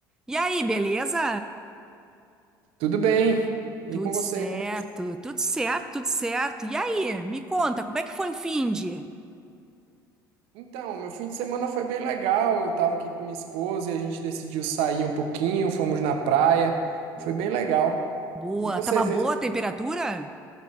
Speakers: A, in the centre; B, on the right (about 60°).
A: E aí, beleza?
B: Tudo bem? E
A: Tudo
B: com você,
A: certo,
B: como é que...
A: tudo certo, tudo certo. E aí, me conta, como é que foi o finde?
B: Então, meu fim de semana foi bem legal. Eu tava aqui com minha esposa e a gente decidiu sair um pouquinho, fomos na praia.
A: Boa.
B: Foi bem legal.
A: Boa.
B: E você
A: Tava
B: fez?
A: boa
B: o-
A: a temperatura?